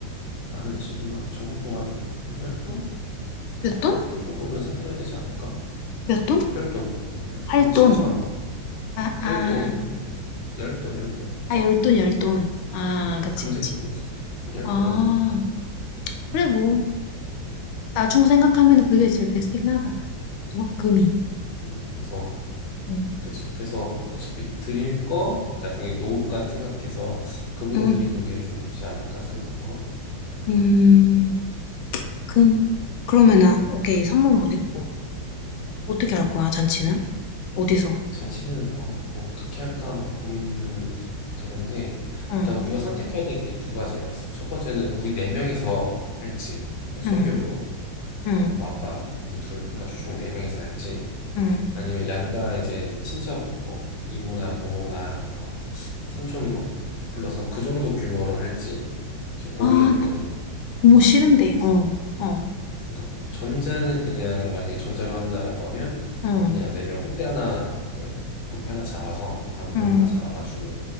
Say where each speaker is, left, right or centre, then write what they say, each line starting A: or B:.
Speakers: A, on the left; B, on the left.
A: 나는 지금 한 적어도 한 10돈?
B: 몇 돈?
A: 별돈 정도는 사드려야 되지 않을까?
B: 몇 돈?
A: 별돈 육-
B: 8돈.
A: 한 700만 원.
B: 아, 아.
A: 별돈, 열돈, 열돈.
B: 아, 열돈열돈 아,
A: 그래서
B: 그치,
A: 막 금세
B: 그치.
A: 보고 있어. 열돈.
B: 아,
A: 음,
B: 그래, 뭐. 나중 생각하면 그게 제일 베스트긴 하다. 또, 금이.
A: 음, 그래서
B: 응
A: 그치. 그래서 어차피 드릴 거 나중에 노후까지 생각해서 금으로
B: 음,
A: 드리는 게 좀 좋지 않을까 생각하거든.
B: 음,
A: 음,
B: 금. 그러면은,
A: 음,
B: 오케이, 선물은 못 했고.
A: 음.
B: 어떻게 할 거야, 잔치는? 어디서?
A: 잔치는 어, 어떻게 할까 막 고민되는데
B: 응,
A: 일단 우리가 선택해야 될 게 두 가지가 있어. 첫 번째는 우리 네 명이서 할지 그냥 소규모로.
B: 응, 응,
A: 엄마 아빠 우리 둘 해가지고 총 네 명이서 할지
B: 응.
A: 아니면 양가 이제 친척 뭐 이모나 고모나 뭐 삼촌 뭐 불러서 그 정도 규모로 할지 지금 고민이
B: 아,
A: 되거든.
B: 나 고모 싫은데,
A: 그래서
B: 어, 어,
A: 그러니까 전자는 그냥 만약에 전자로 한다라고 하면
B: 어,
A: 그냥 네 명 호텔 하나 그 뷔페 하나 잡아서 방룸
B: 응,
A: 하나 잡아가지고